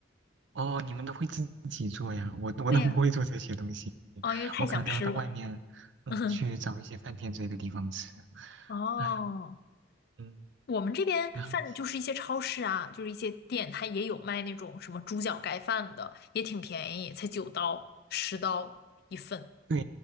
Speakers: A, on the right; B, on the left.
A: 哦，你们都会自己做呀？我我都不会做这些东西，
B: 对呀，哦，因为太想吃了。
A: 我可能都要到外面，嗯，
B: <laughs> 嗯，
A: 去找一些饭店之类的地方吃。
B: 哦，
A: 哎，嗯。
B: 我们这边饭就是一些超市啊，
A: 啊
B: 就是一些店，它也有卖那种什么猪脚盖饭的，也挺便宜，才九刀、十刀一份。
A: 对